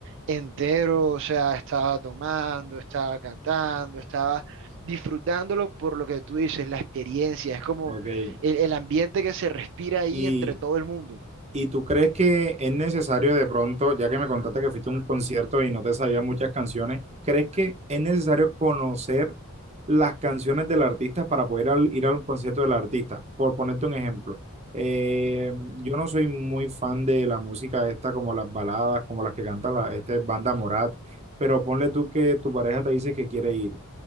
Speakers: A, on the right (about 55°); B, on the right (about 30°).
A: entero, o sea, estaba tomando, estaba cantando, estaba disfrutándolo por lo que tú dices, la experiencia, es como
B: ok.
A: el, el ambiente que se respira ahí
B: Y,
A: entre todo el mundo.
B: ¿Y tú crees que es necesario de pronto, ya que me contaste que fuiste a un concierto y no te sabías muchas canciones, ¿crees que es necesario conocer las canciones del artista para poder al- ir a un concierto del artista? Por ponerte un ejemplo, eh, yo no soy muy fan de la música esta, como las baladas, como las que canta la este, banda Morat, pero ponle tú que tu pareja te dice que quiere ir